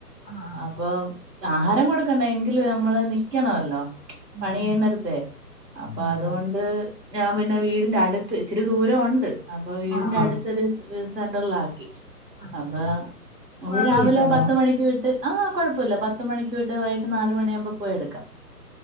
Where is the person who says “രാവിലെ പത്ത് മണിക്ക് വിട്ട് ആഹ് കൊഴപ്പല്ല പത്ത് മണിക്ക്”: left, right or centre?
Centre